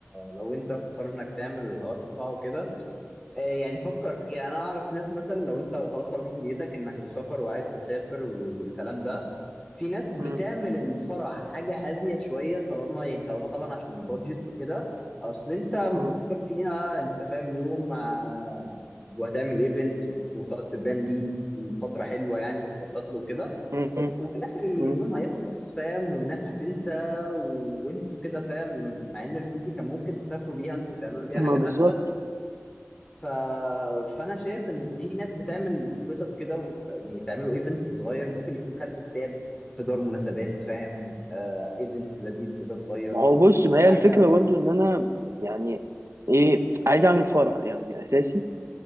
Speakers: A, on the left; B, on the right.
A: لو أنت واخد قرار إنك تعمل الحوار في قاعة وكده آه، يعني فكر فيها انا اعرف ناس مثلا لو انت خلاص طالما في نيتك انك السفر وعايز تسافر وال- والكلام ده في ناس بتعمل
B: مم.
A: الفرح حاجه هاديه شويه طالما طالما طبعا عشان البادجت وكده اصل انت لما
B: مم.
A: تفكر فيها انت فاهم يوم آه، وهتعمل ايفنت وتقعد تبلان بيه فتره حلوه يعني وتخطط له وكده
B: مم.
A: وفي الاخر ال-
B: مم.
A: اليوم هيخلص فاهم والناس هتنسى وانتوا كده فاهم مع ان الفلوس دي كان ممكن تسافروا بيها انتوا وتعملوا بيها
B: ما
A: حاجات
B: بالظبط
A: احسن ف... فانا شايف ان في ناس بتعمل خطط كده وف... يعني تعملوا ايفنت صغير ممكن يكون كاتب كتاب في دار مناسبات فاهم آه ايفنت لذيذ كده صغير
B: ما هو بص ما هي
A: حاجه
B: الفكرة برضو ان انا يعني ايه عايز اعمل فرح يعني اساسي